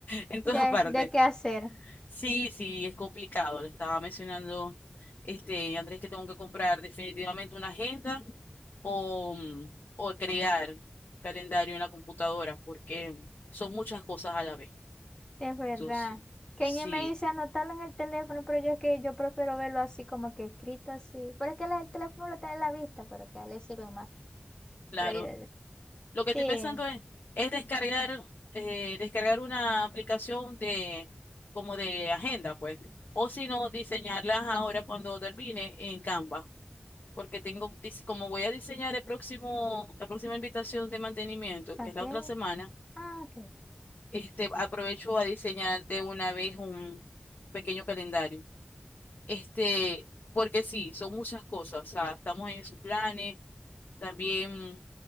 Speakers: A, on the left; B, on the left.
A: en
B: De,
A: todas partes.
B: de qué hacer.
A: Sí, sí, es complicado. Le estaba mencionando, este, Andrés, que tengo que comprar definitivamente una agenda o, mm, o crear calendario en la computadora, porque son muchas cosas a la vez.
B: Es verdad.
A: Entonces,
B: Kenny
A: sí,
B: me dice anotarlo en el teléfono, pero yo es que yo prefiero verlo así como que escrito así. Pero es que la- el teléfono lo tiene en la vista, pero que a él le sirve más.
A: claro.
B: Pero yo,
A: Lo que
B: sí,
A: estoy pensando es, es descargar, eh, descargar una aplicación de, como de agenda, pues. O si no, diseñarlas ahora cuando termine en Canva. porque tengo, dis- como voy a diseñar el próximo, la próxima invitación de mantenimiento,
B: ¿para
A: que es
B: qué?
A: la otra semana,
B: Ah, ok.
A: este, aprovecho a diseñar de una vez un pequeño calendario. Este, porque sí, son muchas cosas, o sea, estamos en esos planes, también